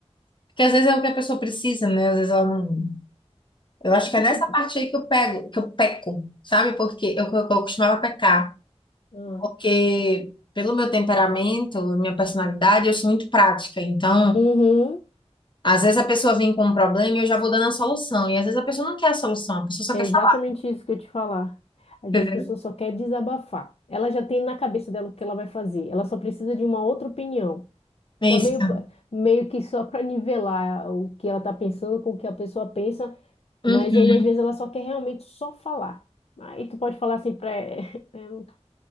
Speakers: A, on the left; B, on the left.
A: Porque às vezes é o que a pessoa precisa, né? Às vezes ela não. Eu acho
B: É
A: que é
B: porque
A: nessa parte aí que eu pego, que eu peco, sabe? Porque eu, eu, eu costumava pecar.
B: Ah.
A: Porque pelo meu temperamento, minha personalidade, eu sou muito prática. Então.
B: Uhum,
A: Às vezes a pessoa vem com um problema e eu já vou dando a solução. E às vezes a pessoa não quer a solução, a pessoa só
B: é
A: quer
B: exatamente
A: falar.
B: isso que eu te falar. Às
A: entendeu?
B: vezes a pessoa só quer desabafar. Ela já tem na cabeça dela o que ela vai fazer. Ela só precisa de uma outra opinião.
A: É
B: Só
A: isso.
B: meio, pa- meio que só para nivelar o que ela está pensando com o que a pessoa pensa, Mas
A: Uhum.
B: aí, às vezes, ela só quer realmente só falar. Aí tu pode falar assim pra... <laughs> Eu